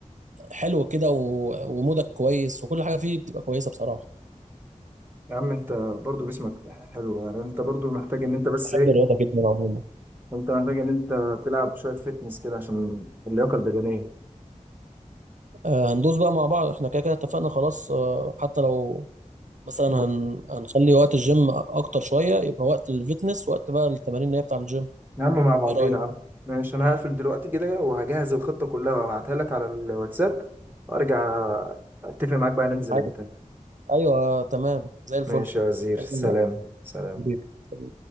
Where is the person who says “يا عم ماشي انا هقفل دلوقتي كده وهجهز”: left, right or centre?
Right